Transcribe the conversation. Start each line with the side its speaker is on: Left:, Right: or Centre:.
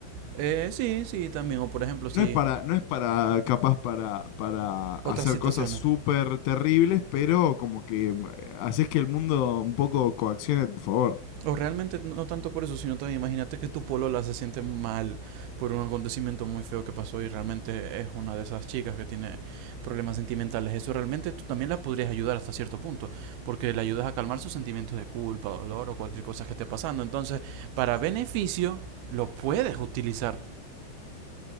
Right: Eh, sí, sí, también. O por ejemplo, si...
Left: No es para, no es para, capaz para, para hacer
Right: Otras situaciones.
Left: cosas súper terribles, pero como que eh, haces que el mundo un poco coaccione a tu favor.
Right: O realmente no no tanto por eso, sino también imagínate que tu polola se siente mal por un acontecimiento muy feo que pasó y realmente es una de esas chicas que tiene problemas sentimentales. Eso realmente tú también las podrías ayudar hasta cierto punto, porque le ayudas a calmar sus sentimientos de culpa, dolor o cualquier cosa que esté pasando. Entonces, para beneficio, lo puedes utilizar.